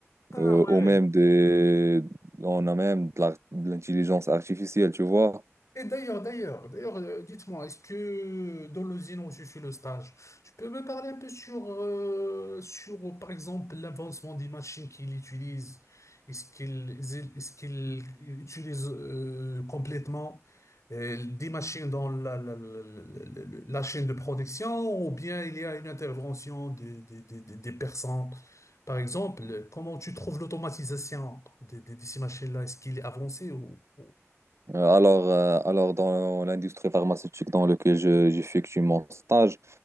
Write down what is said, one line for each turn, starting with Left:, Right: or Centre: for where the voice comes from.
Left: Ah
Right: euh,
Left: ouais.
Right: ou même
Left: ouais.
Right: des, on a même de l'ar- de l'intelligence artificielle, tu vois.
Left: Et d'ailleurs, d'ailleurs, d'ailleurs, euh, dites-moi, est-ce que dans l'usine où je suis le stage, tu peux me parler un peu sur, euh, sur par exemple, l'avancement des machines qu'ils utilisent? Est-ce qu'ils est-ce qu'ils utilisent euh, complètement euh, des machines dans la, la, la, la- la- la chaîne de production ou bien il y a une intervention des, des, des, des- des personnes? Par exemple, comment tu trouves l'automatisation de, de- de ces machines-là? Est-ce qu'il est avancé ou... ou-
Right: Euh, Alors, euh, alors dans l'industrie pharmaceutique dans laquelle je- j'effectue mon stage,